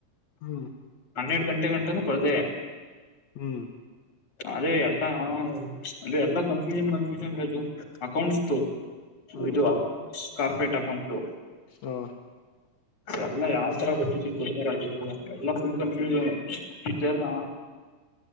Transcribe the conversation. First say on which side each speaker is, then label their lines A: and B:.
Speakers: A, on the left; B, on the left.
A: ಹ್ಮ್
B: ಹನ್ನೆರಡು ಗಂಟೆ ಗಂಟನೂ ಬರದೆ
A: ಹ್ಮ್
B: ಅದೇ ಎಲ್ಲಾ ಅಂದೆ ಎಲ್ಲಾ ಕನ್ಫ್ಯೂಷನ್ ಕನ್ಫ್ಯೂಷನ್ ರಜು ಅಕೌಂಟ್ಸ
A: ಹ್ಮ್ ಹ್ಮ್
B: ಇದು ಕಾರ್ಪೊರೇಟ್ ಅಕೌಂಟು
A: ಹಾ
B: ಎಲ್ಲಾ ಯಾವ್ ತರ ಕೊೊಟ್ಟಿದ್ದ ಕೊಡ್ತಾರದು ಎಲ್ಲಾ ಫುಲ್ ಕನ್ಫ್ಯೂಶನ್ ಇದ್ದಲ್ಲ